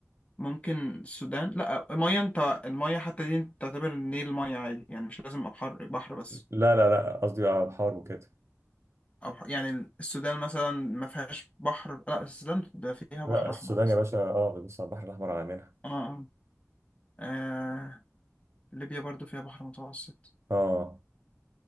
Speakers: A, on the left; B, on the right.
A: ممكن السودان لا ميه انت الميه حتى دي انت تعتبر النيل ميه عادي يعني مش لازم ابحر بحر بس
B: لا لا لا قصدي اه بحار وكده
A: او ح- يعني السودان مثلا ما فيهاش بحر لا السودان ده فيها بحر
B: لا السودان
A: احمر اصلا
B: يا باشا اه بيبص على البحر الأحمر على منها
A: اه اه آه، ليبيا برضو فيها بحر متوسط
B: اه